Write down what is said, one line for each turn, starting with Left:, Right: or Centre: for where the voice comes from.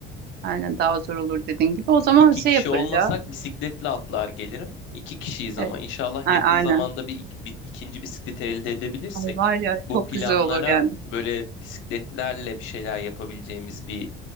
Right: Aynen daha zor olur dediğin gibi. O zaman
Left: İki
Right: şey
Left: kişi
Right: yaparız
Left: olmasak
Right: ya.
Left: bisikletle atlar gelirim. İki kişiyiz
Right: Evet,
Left: ama inşallah
Right: a-
Left: yakın
Right: aynen.
Left: zamanda bir, bir ikinci bisikleti elde edebilirsek
Right: Ay var ya
Left: bu
Right: çok
Left: planlara
Right: güzel olur yani.
Left: böyle bisikletlerle bir şeyler yapabileceğimiz bir